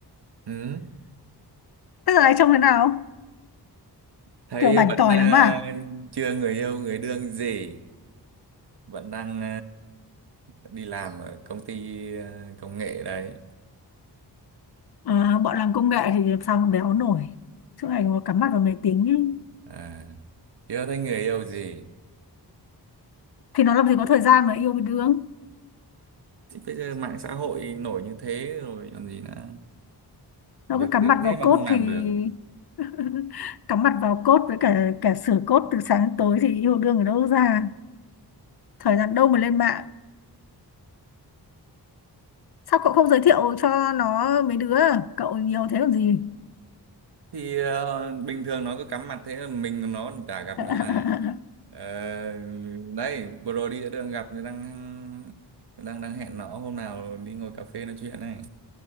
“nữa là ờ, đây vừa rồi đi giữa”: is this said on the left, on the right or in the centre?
Right